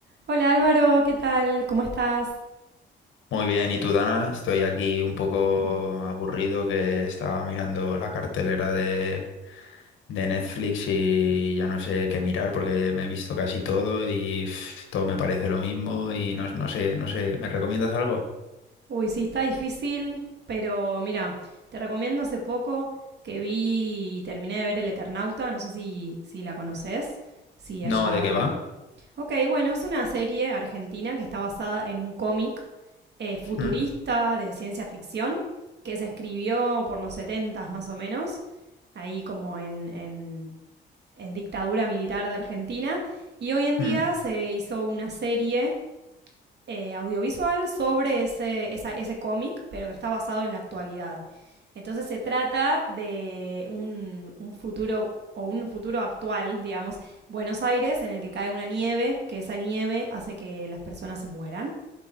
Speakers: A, on the right; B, on the left.
A: Hola Álvaro, ¿qué tal? ¿Cómo estás?
B: Muy bien, ¿y tú, Dana? Estoy aquí un poco aburrido que estaba mirando la cartelera de, de Netflix y ya no sé qué mirar porque me he visto casi todo y pf, todo me parece lo mismo y no, no sé, no sé, ¿me recomiendas algo?
A: Uy, sí, está difícil, pero mira, te recomiendo hace poco que vi y terminé de ver El Eternauta, no sé si, si la conoces, si
B: No,
A: allá...
B: ¿de qué va?
A: Ok, bueno, es una serie argentina que está basada en un cómic eh, futurista
B: Mm,
A: de ciencia ficción que se escribió por los 70 más o menos, ahí como en, en en dictadura militar de Argentina, y hoy en día
B: mm,
A: se hizo una serie eh, audiovisual sobre ese, esa- ese cómic, pero que está basado en la actualidad. Entonces se trata de un, un futuro o un futuro actual, digamos, Buenos Aires, en el que cae una nieve, que esa nieve hace que las personas se mueran.